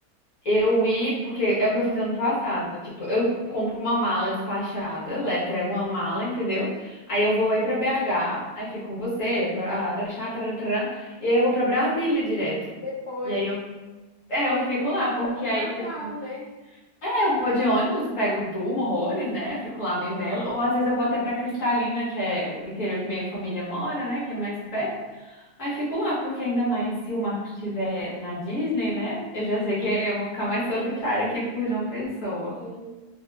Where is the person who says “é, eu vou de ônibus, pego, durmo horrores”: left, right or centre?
Left